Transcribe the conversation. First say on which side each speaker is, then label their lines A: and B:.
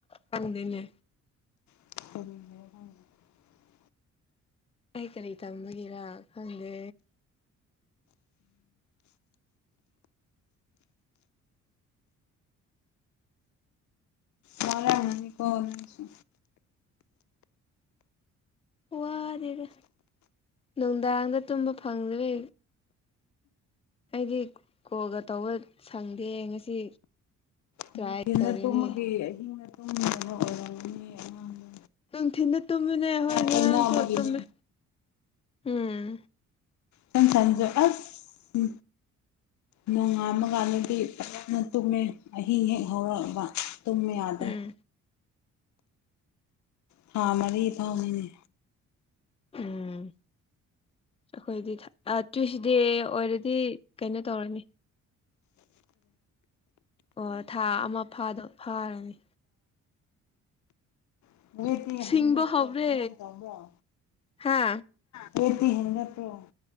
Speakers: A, on the left; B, on the left.
A: ꯊꯪꯗꯦꯅꯦ
B: <unintelligible>
A: ꯀꯔꯤ ꯀꯔꯤ ꯇꯝꯕꯒꯦꯔꯥ ꯈꯪꯗꯦ
B: ꯃꯥꯂꯉꯅꯤ ꯀꯣ ꯅꯪꯁꯨ
A: ꯋꯥꯗꯦꯒ ꯅꯨꯡꯗꯥꯡꯗ ꯇꯨꯝꯕ ꯐꯪꯔꯦ ꯑꯩꯗꯤ ꯀꯣꯜꯒ ꯇꯧꯕ ꯁꯪꯗꯦ ꯉꯁꯤ
B: ꯅꯨꯡꯊꯤꯜꯅ
A: ꯇ꯭ꯔꯥꯏ ꯇꯧꯔꯤꯅꯦ
B: ꯇꯨꯝꯃꯒꯦ ꯑꯍꯤꯡꯅ ꯄꯨꯨꯝ ꯑꯃ ꯑꯣꯏꯔꯝ ꯃꯤ ꯑꯉꯥꯡꯅ
A: ꯅꯨꯡꯊꯤꯟꯗ ꯇꯨꯝꯃꯤꯅꯦ ꯍꯣꯏ ꯉꯔꯥꯡꯁꯨ
B: ꯇꯩꯅꯕꯒꯤꯅꯦ
A: ꯇꯨꯝꯃꯦ ꯎꯝ
B: ꯁꯟ ꯁꯟꯁꯨ ꯑꯁ ꯎ ꯅꯣꯡꯉꯥꯝꯃ ꯀꯥꯟꯗꯗꯤ ꯐꯖꯅ ꯇꯨꯝꯃꯦ ꯑꯍꯤꯡ ꯍꯦꯛ ꯍꯧꯔꯛꯑꯕ ꯇꯨꯨꯝꯃꯤ ꯌꯥꯗꯔ꯭ꯦ
A: ꯎꯝ
B: ꯊꯥ ꯃꯔꯤ ꯐꯥꯎꯃꯤꯅꯦ
A: ꯎꯝ ꯑꯩꯈꯣꯏꯗꯤ ꯇ꯭ꯋꯤꯁꯗꯦ ꯑꯣꯏꯔꯗꯤ ꯀꯩꯅꯣ ꯇꯧꯔꯅꯤ ꯑꯣ ꯊꯥ ꯑꯃꯥ ꯐꯗꯣ ꯐꯥꯔꯅꯤ
B: <unintelligible>
A: ꯁꯤꯡꯕ ꯍꯧꯔꯦ
B: ꯀꯃꯥꯏ ꯇꯕ꯭ꯔ
A: ꯍꯥ
B: ꯃꯦꯠꯇꯤ ꯍꯦꯟꯒꯠꯇ꯭ꯔꯣ